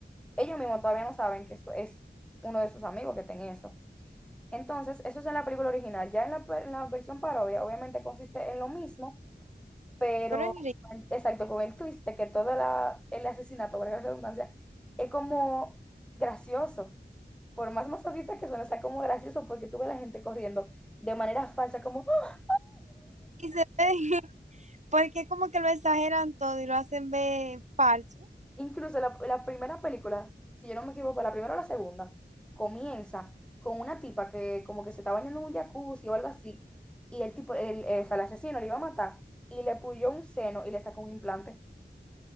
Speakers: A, in the centre; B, on the right (about 40°).
A: Ellos mismos todavía no saben que eso es uno de sus amigos que tiene eso. Entonces, eso es en la película original. Ya en la, en la versión parodia, obviamente consiste en lo mismo, pero
B: pero Enrique.
A: exacto, con el twist de que todo la, el asesinato, valga la redundancia, es como gracioso por más masoquista que suene, sea como gracioso porque tuve la gente corriendo de manera falsa, como ¡ah!
B: Y se ve, <laughs> porque como que lo exageran todo y lo hacen ver falso.
A: incluso la, la primera película, si yo no me equivoco, la primera o la segunda, comienza con una tipa que como que se está bañando en un jacuzzi o algo así, y el tipo, el, el, el asesino le iba a matar y le puyó un seno y le sacó un implante.